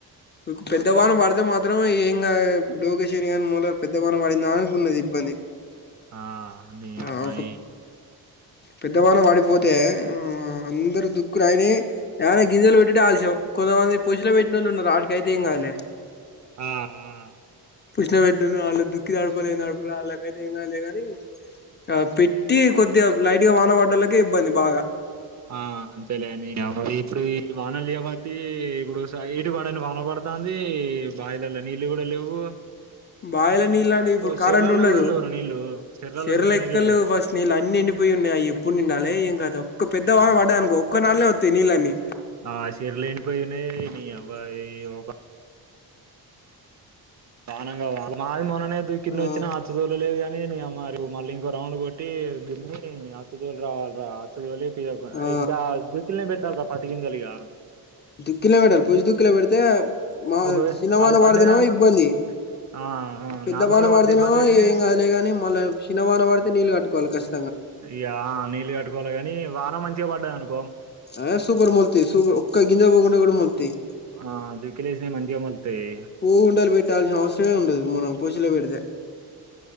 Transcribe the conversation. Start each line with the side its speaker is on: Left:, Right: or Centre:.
Left: కు పెద్ద వాన పడితే మాత్రం ఏం కాదు డోకసినిక్ గాని మూల పెద్ద వాన పడిందా అనుకున్నది ఇబ్ ది
Right: ఆ నీ యవ్వ
Left: ఆ ఒక
Right: ఈ
Left: పెద్దవాన వాడిపోత్ తే ఉమ్ అందరు దుక్కలయినయ్ ఏనా గింజలు పెట్టుడే ఆలస్యం కొంతమంది పూజలో పెట్నోళ్లు ఉన్నరు ఆడికైతే ఏం కాదులే
Right: ఆ ఆ
Left: పుష్న పెట్టని వాళ్లు దుక్కిదడపలే ఏం నాడు కూడా వాళ్ళకైతే ఏం కాదులే కాని ఆ పెట్టి కొద్దిగా లైట్గా వాన పడ్డోళ్ళకే ఇబ్బంది బాగా
Right: ఆ అంతేలేని నీ యవ్వ ఇప్పుడు ఈ ఈ వానలు చేయబట్టి ఇప్పుడు స ఎటు పడని వాన పడతాంది దీ బావిలల్ల నీళ్లు కూడా లెవ్వు
Left: బాయల నీళ్ళు అన్ని ఇప్పుడు కరెంటు
Right: చెర్లల్లో
Left: ఉండదు,
Right: కూడా లేవురా నీళ్ళు చెర్లల్లో
Left: చెర్ల
Right: సుక్క
Left: ఎక్కలెవ్వు
Right: నీళ్ళు లేవు
Left: ఫస్ట్ నీళ్ళు అన్ని నిండిపోయి ఉన్నయి అయి ఎప్పుడు నిండాలే ఏం కతం, ఒక్క పెద్ద వాన
Right: ఆ
Left: పడ్డదనుకు ఒక్క నళ్ళనే వత్తయ్ నీళ్ళని
Right: ఆ సిర లేని పోయినై నీ యవ్వ ఈ ఒక బానంగా వ మాది మొన్న నే దుక్కిని
Left: ఆ
Right: వచ్చినా ఆచ్చ దూలలేదుగాని నీ యమ్మ మళ్ళీ ఇంకో రౌండ్ కొట్టి దిన్ని అచ్చదోలీ రావాలిరా అచ్చదోలి ఇదప
Left: ఆ
Right: ఇంకా దత్తులనే పెట్టాల్ర పత్తి గింజలిగా
Left: దుక్కిిలో పెట్టాలి పుజ దుక్కీలో పెడితే మా
Right: ఒకవే
Left: సినిమాన
Right: అవి పడ్డేదానికి
Left: పడుతేనేమో ఇబ్బంది.
Right: ఆ ఆ
Left: పెద్ద
Right: నార్మల్
Left: వానే
Right: గా పడితే
Left: పడితేనేమో
Right: ఇబ్బందే గాని
Left: ఇగ ఏం కాదులేగానీ మళ్ళ చిన్న వానే పడితే నీళ్ళు కట్టుకోవాలి కష్
Right: య్యా నీళ్ళు కట్టుకోవాలి గని వాన మంచిగా పడ్డదనుకో
Left: ఆ సూపర్ మొల్తయి సూపర్ ఒక్క గింజా పోకుండా కూడా మొల్తయ్
Right: ఆ దుక్కిలేసినయి మంచిగా మొలుతాయి
Left: పూవ్ ఉండలు పెట్టాల్సిన అవసరమే ఉండదు మనం పూసులో పెడితే